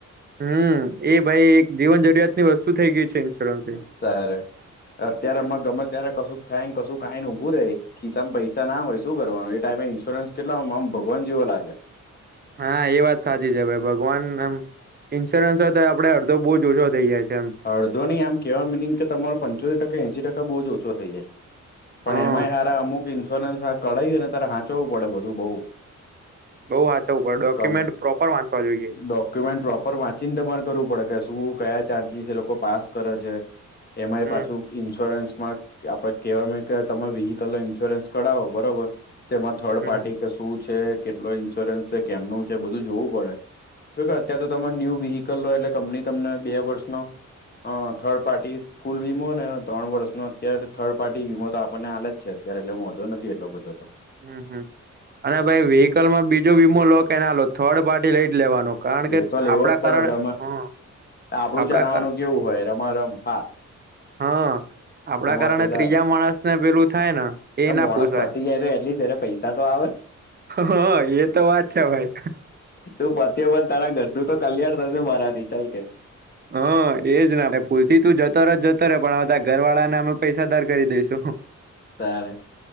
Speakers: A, on the right (about 35°); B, on the left (about 35°).
A: હમ્મ એ ભાઈ એક જીવન જરૂરિયાત ની વસ્તુ થઇ ગયઈ છે. ઇન્સ્યોરન્સ એ
B: અત્યારે અત્યારે અમાં ગમે ત્યારે કશુંક થાયને કશું કાય ને ઊભું રે ખિસ્સામાં પૈસા ના હોય શું કરવાનું એ ટાઈમે ઇન્સ્યોરન્સ કેટલા આમ ભગવાન જેવો લાગે
A: હા એ વાત સાચી છે ભાઈ ભગવાન એમ ઇન્સ્યોરન્સ હતો તો આપડ અડધો બહુ ઓછો થઈ જાય છે એમ
B: અડધો નહી આમ કેહેવા મિનિ કે તમારો પંચોતેર ટકા એસી ટકા બહુ જ ઓછો થઈ જાય પણ
A: હા
B: એમાંય સારા અમુક ઈન્સ્યોરન્સ કઢાઈ અને તારે હાચવું પડે બધું બહુ
A: બઉ વાંચવું પડે ડોક્યુમેન્ટ
B: ક
A: પ્રોપર વાંચવા જોઈએ
B: ડોક્યુમેન્ટ પ્રોપર વાંચ ચિંતા પણ કરવું પડે કે શું કયા ચાર્જીસ એ લોકો પાસ કરે છે એમાંય
A: હમ
B: પાછું ઈન્સ્યોરન્સ માં આપડે કહેવા કે તમે વ્હીકલ ન ઈન્સ્યોરન્સ કરાવો બરોબર તેમાં થર્ડ
A: હમ
B: પાર્ટી કે શું છે કેટલો ઇન્સ્યોરન્સ છે કેમનું છે બધું જોવું પડે જોકે અત્યારે તો તમામે ન્યુ વ્હીકલ હો એટલે કંપની તમને બે વર્ષનો હ થર્ડ પાર્ટી ફૂલ વીમો ને ત્રણ વર્ષનો અત્યારે થર્ડ પાર્ટી વીમો તો આપણને આલે જ છે અત્યારે એટલે મોંધો નથી એટલો બધો તો
A: હમ હમ અને ભાઈ વ્હીકલ માં બીજો વીમો લો કે ના લો થર્ડ પાર્ટી લઈ જ લેવાનો કારણ
B: બે
A: કે
B: તોાલ એવો
A: આપડા
B: જ પડે
A: કારણે
B: ગામાં
A: હા
B: આપડું
A: આપડા
B: ચલાવવાનું
A: કા
B: કેવું હોય રમા રમ ફાસ
A: હા આપડા
B: ધમાકેદાર
A: કારણે ત્રીજા માણસને પેલું થાય ને એ ના
B: માણસ
A: પોસાય
B: પતી જાય તો એટલી પૈસા તો આવે
A: હા એ તો વાત છે ભાઈ
B: તું પત પણ તારા ગઢું તો કલ્યાણ થશે મારા થી ચાલ કે
A: હા એજ ના આપે પૂરથી તું જતો ર જતો રહેે પણધ ઘર વાળાને અમે પૈસા દાર કરી દઈશુ
B: તારે